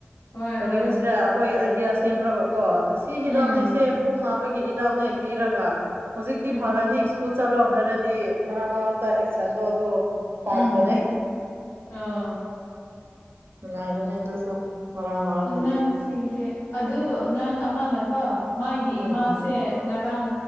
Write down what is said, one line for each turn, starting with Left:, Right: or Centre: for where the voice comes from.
Left: ꯍꯣꯏ
Right: ꯀꯔꯤꯟꯁꯔꯥ
Left: ꯍꯣꯏ
Right: ꯍꯣꯏ ꯑꯥꯏꯗꯤꯌꯥ ꯁꯦꯝꯃꯒ ꯀꯣ ꯁꯤ
Left: ꯎꯝ
Right: ꯍꯤꯗꯥꯛꯅꯦꯁꯦ ꯄꯨꯛ ꯅꯥꯕꯒꯤ ꯍꯤꯗꯥꯛꯅꯦ ꯄꯤꯔꯒ ꯍꯧꯖꯤꯛꯇꯤ
Left: ꯎꯝ
Right: ꯐꯔꯅꯤ ꯁ꯭ꯀꯨꯜ ꯆꯠꯂꯣ ꯍꯥꯏꯔꯗꯤ ꯃꯔꯛ ꯃꯔꯛꯇ ꯑꯦꯛꯁꯟꯗꯣ ꯑꯗꯨ ꯄꯥꯟꯕꯅꯦ
Left: ꯎꯝ ꯑꯣ
Right: ꯅꯨꯡꯉꯥꯏꯕꯅꯦ ꯑꯗꯨꯁꯨ ꯃꯔꯛ ꯃꯔꯛꯇꯗꯤ
Left: ꯑꯉꯥꯡꯁꯤꯡꯁꯦ ꯑꯗꯨ ꯑꯉꯥꯡ ꯑꯃꯅꯀꯣ ꯃꯥꯒꯤ ꯏꯃꯥꯁꯦ
Right: ꯎꯝ
Left: ꯉꯔꯥꯡ